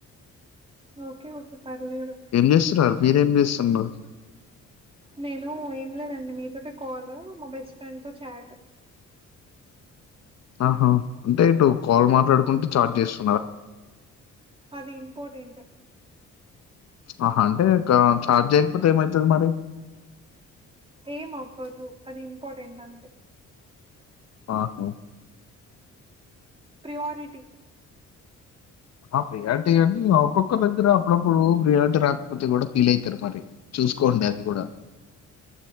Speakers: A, on the right; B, on the left.
A: ఓకే ఓకే పర్లేదు
B: ఏం చేస్తున్నారు మీరేం చేస్తున్నారు
A: నేను ఏం లేదండి మీతోటీ కాల్లు మా బెస్ట్ ఫ్రెండ్ తో చాట్
B: ఆహా అంటే ఇటు కాల్ మాట్లాడుకుంటే చార్జ్ చేసు
A: అది ఇంపార్టెంట్
B: ఆహ అంటే ఇక ఛార్జ్ చేయకపోతే ఏమైతది మరి
A: ఏం అవ్వదు అది ఇంపార్టెంట్ అంతే
B: ఆహా
A: ప్రియారిటి
B: ఆ ప్రియారిటి అని ఒక్కొక్కరు దగ్గర అప్పుడప్పుడు ప్రియారిటీ రాకపోతే కూడా ఫీల్ అయితరు మరి చూసుకోండి అది కూడా